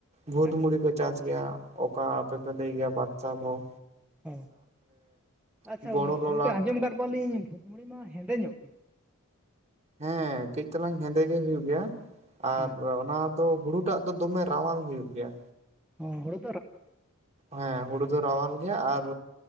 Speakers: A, on the right; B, in the centre.
A: ᱵᱷᱩᱫᱽ
B: ᱟᱪᱪᱷᱟ
A: ᱢᱩᱲᱤ ᱠᱚᱼᱼ ᱪᱟᱥ ᱜᱮᱭᱟ ᱚᱠᱟ ᱟᱯᱮ ᱯᱮ ᱞᱟᱹᱭ ᱜᱮᱭᱟ ᱵᱟᱫᱽᱥᱟ ᱵᱚ᱾
B: ᱚᱻᱟᱪᱪᱷᱟ
A: ᱵᱚᱲᱚ ᱞᱚᱞᱟᱴ
B: ᱜᱚᱝᱠᱮ ᱟᱸᱡᱚᱢ ᱟᱠᱟᱫ ᱠᱚᱣᱟ ᱞᱤᱧ ᱵᱷᱩᱛ ᱢᱩᱲᱤ ᱢᱟ ᱦᱮᱸᱫᱮ ᱧᱚᱜ ᱜᱮ?
A: ᱦᱮᱸ ᱠᱟᱹᱡ ᱛᱟᱞᱟᱝ ᱦᱮᱸᱫᱮ ᱜᱮ ᱦᱩᱭᱩᱜ ᱜᱮᱭᱟ ᱟᱨ
B: ᱦᱮᱸ
A: ᱚᱱᱟᱼᱼ ᱛᱚ ᱦᱩᱲᱩ ᱴᱟᱜ ᱫᱚᱢᱮ ᱨᱟᱣᱟᱞ ᱦᱩᱭᱩᱜ ᱜᱮᱭᱟ᱾
B: ᱚᱸ ᱦᱩᱲᱩᱼᱼ
A: ᱦᱮᱸ ᱦᱩᱲᱩ ᱫᱚ ᱨᱟᱣᱟᱞ ᱜᱮᱭᱟ ᱟᱨᱼᱼ